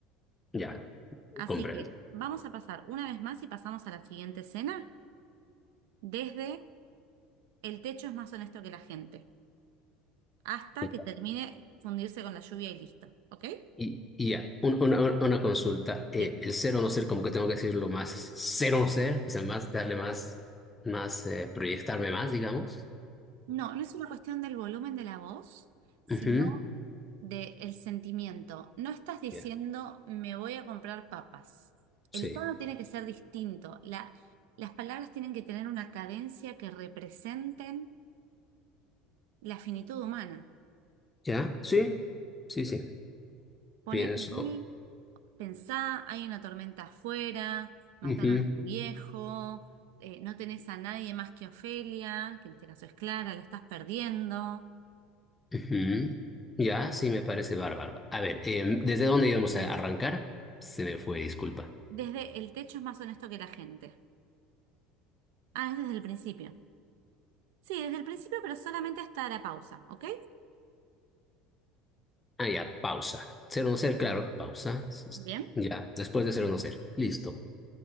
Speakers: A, on the left (about 15°); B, on the right (about 65°).
A: ya,
B: Así
A: comprendo.
B: que vamos a pasar una vez más y pasamos a la siguiente escena desde el techo es más honesto que la gente, hasta
A: Y,
B: que termine fundirse con la lluvia y listo, ¿ok?
A: y- y ya, un- una, una consulta, eh,
B: Sí.
A: el ser o no ser, como que tengo que decirlo más, ser o no ser, o sea, más, darle más, más, eh, proyectarme más, digamos.
B: No, no es una cuestión del volumen de la voz, sino
A: Ujú,
B: de el sentimiento. No estás diciendo
A: Ya,
B: me voy a comprar papas.
A: sí,
B: El tono tiene que ser distinto. La- las palabras tienen que tener una cadencia que representen la finitud humana.
A: ya, sí, sí, sí,
B: Ponete
A: pienso.
B: ahí, pensá, hay una tormenta afuera, mataron
A: ujú,
B: a tu viejo, eh, no tenés a nadie más que Ofelia, que en este caso es Clara, la estás perdiendo.
A: ujú, Ya, sí, me parece bárbaro. A ver, em, ¿desde dónde íbamos a arrancar? Se me fue, disculpa.
B: Desde el techo es más honesto que la gente. Ah, es desde el principio. Sí, desde el principio, pero solamente hasta la pausa, ¿ok?
A: Ah, ya, pausa. Ser o no ser, claro, pausa. S- s-
B: Bien,
A: Ya, después de ser o no ser. Listo,